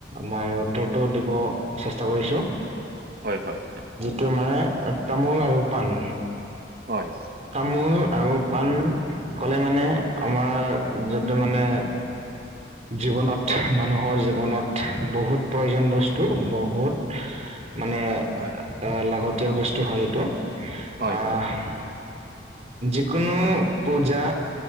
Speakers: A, on the right (about 40°); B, on the right (about 55°).
A: মই উত্তৰটো দিব চেষ্টা কৰিছোঁ।
B: হয় হয়।
A: তোমাৰ তামোল আৰু পাণ
B: হয়।
A: তামোল আৰু পাণ কলে মানে আমাৰ যোনটো মানে জীৱনত
B: হয়,
A: মানুহৰ জীৱনত বহুত প্ৰয়োজন বস্তু বহুত মানে আ
B: হয়,
A: লাগতিয়াল বস্তু হয় এইটো
B: হয়,
A: অহ
B: হয়,
A: যিকোনো পূজা